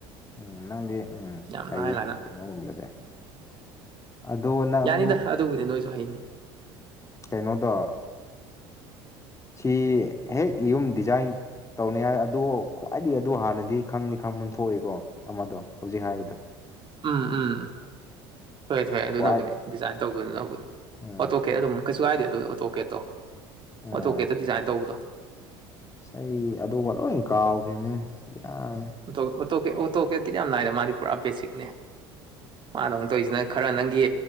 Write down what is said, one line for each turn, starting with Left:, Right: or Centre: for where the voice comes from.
Left: ꯎꯝ ꯅꯪꯗꯤ ꯎꯝ
Right: ꯌꯥꯝ
Left: ꯍꯩꯌꯦ
Right: ꯂꯥꯏ ꯂꯥꯏꯅ
Left: ꯀꯩꯅꯣꯒꯨꯝꯕꯗ ꯑꯗꯣ ꯅꯪ
Right: ꯌꯥꯅꯤꯗ ꯑꯗꯨꯕꯨꯗꯤ ꯅꯣꯏꯁꯨ ꯍꯩꯅꯤ
Left: ꯀꯩꯅꯣꯗꯣ ꯁꯤ ꯍꯦꯛ ꯌꯨꯝ ꯗꯤꯖꯥꯏꯟ ꯇꯧꯅꯤ ꯍꯥꯏ ꯑꯗꯣ ꯈ꯭ꯋꯥꯏꯗꯒꯤ ꯑꯗꯨ ꯍꯥꯟꯅꯗꯤ ꯈꯪꯗꯤ ꯈꯪꯐꯝ ꯊꯣꯛꯏꯀꯣ ꯑꯃꯗꯣ ꯍꯧꯖꯤꯛ ꯍꯥꯏꯕꯗꯣ
Right: ꯎꯝ ꯎꯝ ꯊꯣꯛꯑꯦ ꯊꯣꯛꯑꯦ ꯑꯗꯨꯅꯕꯨꯗꯤ
Left: ꯈ꯭ꯋꯥꯏ
Right: ꯗꯤꯖꯥꯏꯟ ꯇꯧꯕꯗꯧꯅꯗꯤ
Left: ꯑꯥ
Right: ꯑꯣ ꯇꯣꯛꯀꯦ ꯑꯗꯨꯝ ꯀꯩꯁꯨ ꯀꯥꯏꯗꯦ ꯑꯗꯨ ꯑꯣꯇꯣꯀꯦꯠꯇꯣ
Left: ꯑꯥ
Right: ꯑꯣꯇꯣꯀꯦꯠꯇ ꯗꯤꯖꯥꯏꯟ ꯇꯧꯕꯗꯣ
Left: ꯑꯩ ꯑꯗꯨꯒ ꯂꯣꯏ ꯀꯥꯎꯈ꯭ꯔꯤꯅꯤꯅꯦ ꯕꯦꯔꯥꯅꯤ
Right: ꯇꯣ ꯑꯣꯇꯣ ꯀꯤꯠꯗꯤ ꯌꯥꯝ ꯂꯥꯢ ꯃꯥꯗꯤ ꯄꯨꯔꯥ ꯕꯦꯁꯤꯛꯅꯦ ꯃꯥꯅ ꯑꯃꯨꯛ ꯇꯧꯔꯤꯁꯤꯅ ꯈꯔ ꯅꯪꯒꯤ